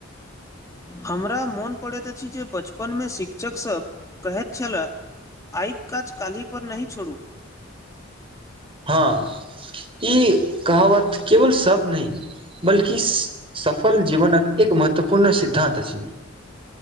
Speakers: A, on the left (about 15°); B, on the right (about 25°).
A: हमरा मोन पड़ैत अछि जे बचपनमे शिक्षकसभ कहैत छलए आइक काज काल्हि पर नहि छोड़ू
B: हँ ई कहावत केवल शब्द नहि। बल्कि सफल जीवनक एक महत्वपूर्ण सिद्धान्त अछि।